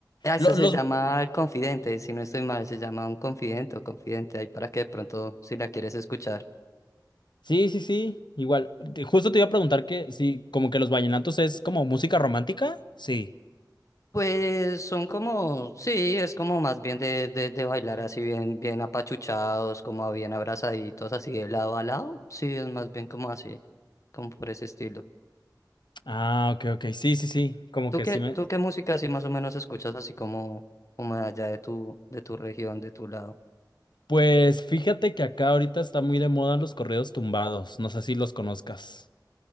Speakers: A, on the left; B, on the left.
A: Ah, esa
B: Lo-
A: se
B: Los...
A: llama El Confidente, si no estoy mal, se llama Un Confidente o Confidente, ahí para que de pronto, si la quieres escuchar.
B: Sí, sí, sí, igual. Te- Justo te iba a preguntar que sí, como que los vallenatos es como música romántica. Sí.
A: Pues son como, sí, es como más bien de, de, de bailar así bien, bien apachuchados, como bien abrazaditos, así de lado a lado. Sí, es más bien como así, como por ese estilo.
B: Ah, ok, ok. Sí, sí, sí. Como
A: ¿Tú
B: que
A: qué,
B: sí me.
A: tú qué música así más o menos escuchas así como, como de allá de tu, de tu región, de tu lado?
B: Pues fíjate que acá ahorita está muy de moda los corridos tumbados. No sé si los conozcas.